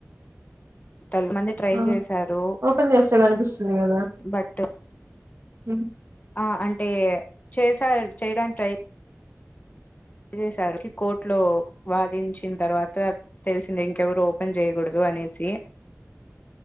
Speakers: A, on the left; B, on the right.
A: తల మంది ట్రై
B: ఆ
A: చేశారు
B: ఓపెన్ చేస్తే కనిపిస్తుంది కదా
A: బట్
B: ఉ
A: ఆ అంటే చేసారు చేయడానికి ట్రై చేసారు కోర్టులో వాదించిన తర్వాత తెలిసింది ఇంకెవరు ఓపెన్ చేయ్యకూడదు అనేసి